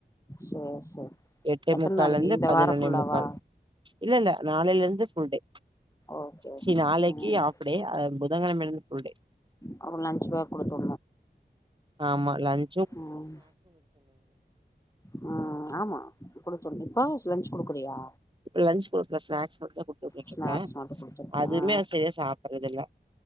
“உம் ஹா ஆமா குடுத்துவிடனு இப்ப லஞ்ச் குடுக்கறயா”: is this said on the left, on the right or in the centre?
Left